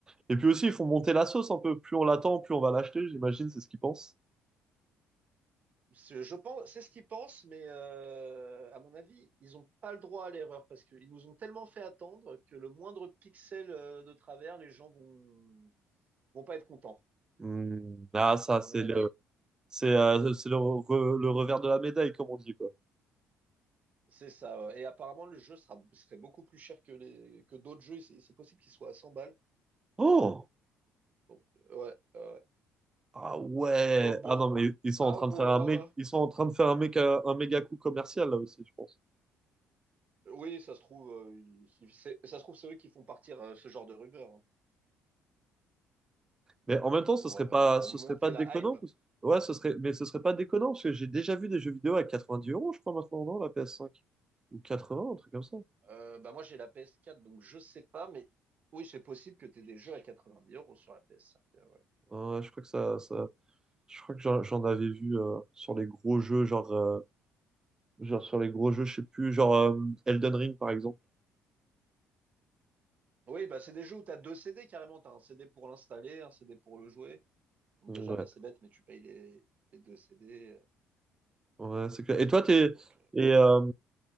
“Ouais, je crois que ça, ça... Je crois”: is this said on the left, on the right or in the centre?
Right